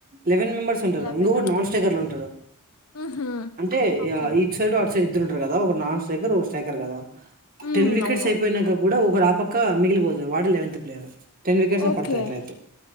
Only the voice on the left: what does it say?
లెవెనా
ఊహూ
ఓకే
హ్మ్
అవును
ఓకే